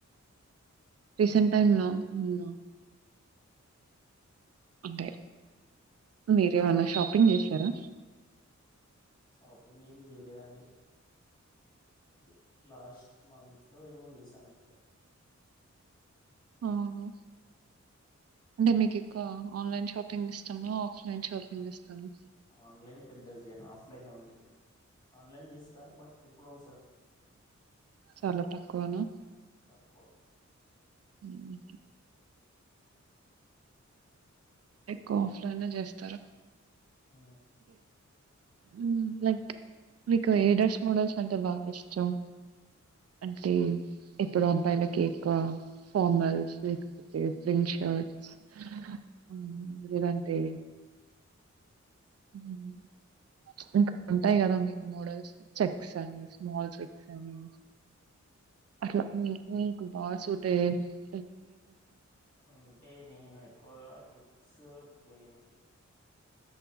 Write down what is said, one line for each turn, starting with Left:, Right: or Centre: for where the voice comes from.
Right: రీసెంట్ టైమ్ ల ఉన్న అంటే మీరేమన్నా షాపింగ్ చేశారా
Left: షాపింగ్ ఏం చేయలేదండి చే లాస్ట్ మంత్ లో ఏమో చేశాను అనుకుంటా
Right: అవును అంటే మీకి ఒక ఆన్లైన్ షాపింగ్ ఇష్టమా ఆఫ్ లైన్ షాపింగ్ ఇష్టమా
Left: ఆన్లైన్ పెద్దగా జెయ్యాను ఆఫ్లైన్ ఓన్లీ ఆన్లైన్ చేస్తా బట్ ఎప్పుడో ఒసారి
Right: చాలా తక్కువనా
Left: తక్కువ
Right: ఉ <unintelligible> ఎక్కువ ఆఫ్లైనే చేస్తారా
Left: హ
Right: మ్ లైక్ మీకు ఏ డ్రెస్ మోడల్స్ అంటే బాగా ఇష్టం అంటే ఇప్పుడు అబ్బాయిలకి ఎక్కువ ఫార్మల్స్ లేకపోతే ప్రిన్ షర్ట్స్ ఉం లేదంటే మ్ ఇంకా ఉంటాయి కదా మీకు మోడల్స్ చెక్స్ అని స్మాల్ చెక్స్ అని అట్లా మీ మీకు బాగా సూట అయ్య
Left: అంటే నేను ఎక్కువగా చెక్స్ ప్లేను